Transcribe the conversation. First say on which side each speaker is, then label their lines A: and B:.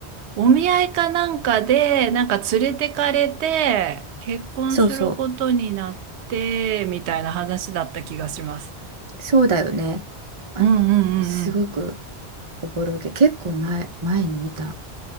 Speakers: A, on the right; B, on the right.
A: お見合いかなんかで、なんか連れてかれて、結婚することになって、
B: そうそう。
A: みたいな話だった気がします。
B: そうだよね。あ、
A: うんうんうん
B: すごくおぼろげ。結構前、前に見た。